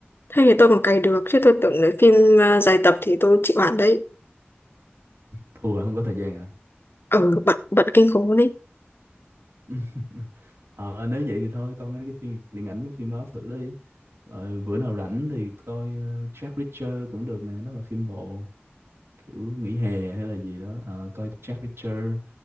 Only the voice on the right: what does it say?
thua hả? không có thời gian à.
<laughs> ờ nếu vậy thì thôi coi mấy cái phim điện ảnh giống phim đó thử đi rồi bữa nào rảnh thì coi ờ, Jack Reacher cũng được nè nó là phim bộ kiểu nghỉ hè hay là gì đó Ờ, coi Jack Reacher